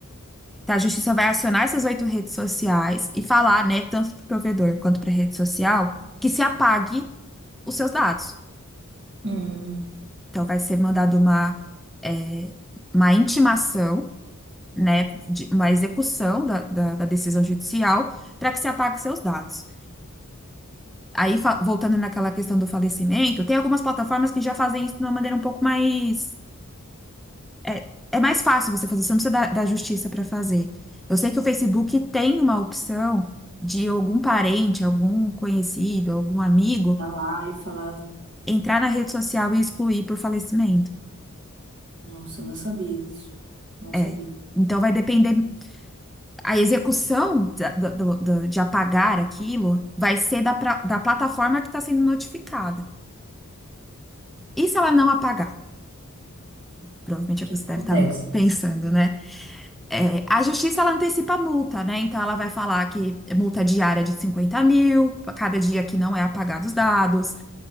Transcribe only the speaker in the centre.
Tá, a justiça vai acionar essas oito redes sociais e falar, né, tanto para o provedor quanto para a rede social, que se apague os seus dados.
Então, vai ser mandado uma, é, uma intimação, né, de- uma execução da, da da decisão judicial para que se apague seus dados. Aí, fa- voltando naquela questão do falecimento, tem algumas plataformas que já fazem isso de uma maneira um pouco mais. É, é mais fácil você fazer, você não precisa da, da justiça para fazer. Eu sei que o Facebook tem uma opção de algum parente, algum conhecido, algum amigo
entrar na rede social e excluir por falecimento.
É.
Então, vai depender. A execução da- da- do- do- de apagar aquilo vai ser da, pra- da plataforma que está sendo notificada. E se ela não apagar? Provavelmente
é
o que
você deve
estar pensando, né? É, a justiça, ela antecipa a multa, né? Então, ela vai falar que é multa diária de 50 mil, pra cada dia que não é apagado os dados.